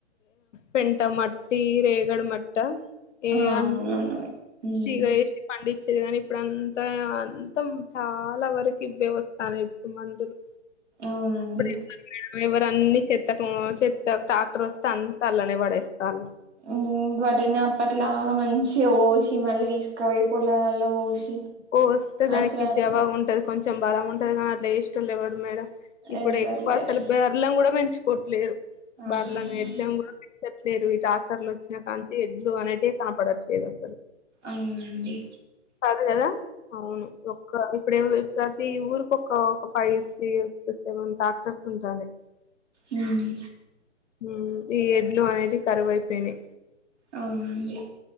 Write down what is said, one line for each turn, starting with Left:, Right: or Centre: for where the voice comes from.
Left: పెంట మట్టి రేగడ మట్ట ఏ
Right: ఆ
Left: అన్
Right: అవునవును ఉమ్
Left: తీగ ఏసీ పండి వచ్చేది కానీ ఇప్పుడు అంతా అంతా చాలా వరకు ఇవ్వే వస్తాన్నాయి ఇప్పుడు మందులు
Right: అవునండి
Left: <unintelligible> అన్ని చెత్తకు చెత్త ట్రాక్టర్ వస్తే అంత అల్లనే పడేస్తండ్లు
Right: ఉ వాటినే అప్పట్లాగా మంచిగా పోసి మళ్ళీ తీసుకపోయి పోలాలలో పోసి
Left: కోస్తే దానికి
Right: అసలు
Left: జవాబు ఉంటది కొంచెం కొంచం బలం ఉంటుంది కానీ అట్లా చేసేటోళ్ళు ఎవరున్నారు ఈడ ఇప్పుడు
Right: ఎవ్వరు
Left: ఎక్కువ
Right: లేరు
Left: అసలు బర్రెలులను కూడా పెంచు కొట్లేరు
Right: అవునండి
Left: బర్రెలు పెట్టినం <unintelligible> లేరు డాక్టర్లు వచ్చిన కాడా నుంచి చేడ్లు అనేటివి కనపడట్లేదు అసలు
Right: అవునండి
Left: కాదు కదా అవును ఒక్క ఇప్పుడు ప్రతి ఊరి ఒక ఒక ఫైవ్ సి సెవెన్ డాక్టర్స్ ఉంటన్నాయ్
Right: ఉమ్
Left: ఉ ఈ ఎడ్లు అనేటివి కరువైపోయినాయి
Right: అవునండి